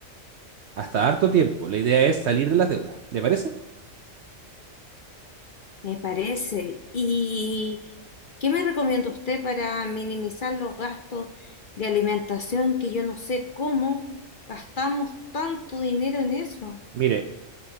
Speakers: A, on the right; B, on the left.
A: Hasta harto tiempo, la idea es salir de las deudas, ¿le parece?
B: Me parece. ¿Y qué me recomienda usted para minimizar los gastos de alimentación que yo no sé cómo gastamos tanto dinero en eso?
A: Mire,